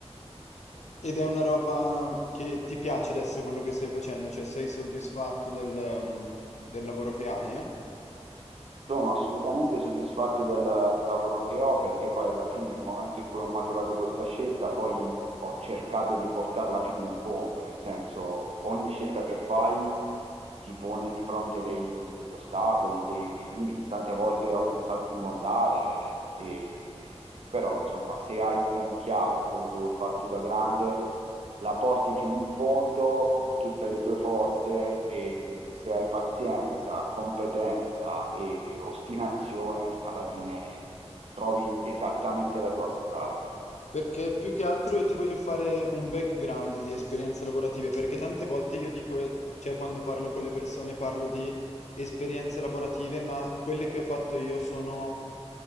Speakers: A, on the left; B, on the right.
A: Ed è una roba che ti piace adesso quello che stai facendo? Cioè sei soddisfatto del, ehm, del lavoro che hai? eh?
B: Sono assolutamente soddisfatto del, del lavoro che ho perché poi alla fine, nel momento in cui ho maturato questa scelta, poi ho cercato di portarla fino in fondo, nel senso ogni scelta che fai ti pone di fronte dei- degli ostacoli, dei, dei limiti. Tante volte ho pensato di mollare, e- però insomma se hai ben chiaro quello che vuoi fare tu da grande la porti fino in fondo con tutte le tue forze e se hai pazienza, competenza e ostinazione, alla fine trovi esattamente la tua strada.
A: Perché più che altro io ti voglio fare un background di esperienze lavorative, perché tante volte io dico, cioè quando parlo con le persone parlo di esperienze lavorative, ma quelle che ho fatto io sono,